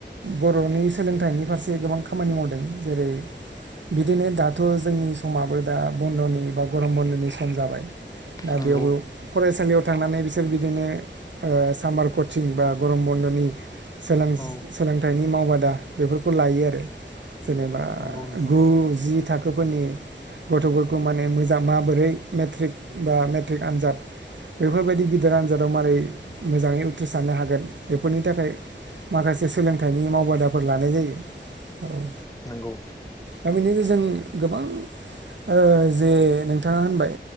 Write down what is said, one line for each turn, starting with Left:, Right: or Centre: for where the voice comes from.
Right: बर'नि सोलोंथाइनि फारसे गोबां खामानि मावदों जेरै बिदिनो दाथ' जोंनि समाबो दा बन्द'नि बा गरम बन्द'नि सम जाबाय दा
Left: नंगौ
Right: बेयावबो फरायसालियाव थांनानै बिसोर बिदिनो ओ सामार कचिं बा गरम बन्द'नि सोलों-सोलोंथाइनि
Left: औ
Right: मावबादा बेफोरखौ लायो आरो। जेनेबा
Left: नंगौ नोंथां
Right: गु जि थाखोफोरनि गथ'फोरखौ माने मोजां माबोरै मेट्रिक बा मेट्रिक आनजाद बेफोरबायदि गिदिर आनजादाव मारै मोजाङै उथ्रिसारनो हागोन बेफोरनि थाखाय माखासे सोलोंथाइनि मावबादाफोर लानाय जायो औ।
Left: नंगौ
Right: दा बेनिनो जोंनि गोबां ओ जे नोंथाङा होनबाय